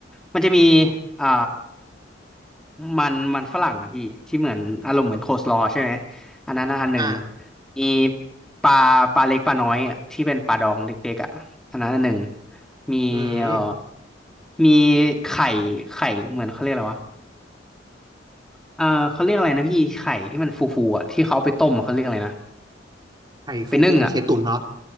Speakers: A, in the centre; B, on the right.
A: มันจะมีอ่ามันมันฝรั่งอะพี่ที่เหมือนอารมณ์เหมือนโคสลอว์ใช่ไหมอันนั้นนะอันหนึ่ง
B: อ่า
A: มีปลาปลาเล็กปลาน้อยอะที่เป็นปลาดองเด็กๆอะอันนั้นอันหนึ่ง มีเอ่อ
B: อืม
A: มีไข่ไข่เหมือนเขาเรียกอะไรวะเออเขาเรียกอะไรนะพี่ไข่ที่มันฟูๆอ่ะที่เขาเอาไปต้มอะเขาเรียกอะไรนะ
B: ไข่ฟูฟูมันไข่ตุ๋นเนาะ
A: ไปนึ่งอ่ะ